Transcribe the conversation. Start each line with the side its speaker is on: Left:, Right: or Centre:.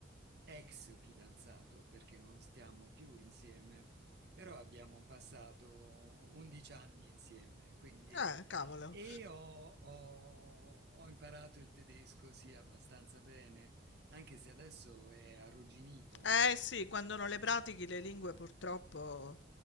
Right: ex fidanzato, perché non stiamo più insieme, però abbiamo passato 11 anni insieme, quindi...
Left: Eh, cavolo.
Right: E ho, ho- ho imparato il tedesco, sì, abbastanza bene anche se adesso è arrugginito un
Left: Eh
Right: po'.
Left: sì, quando non le pratichi le lingue purtroppo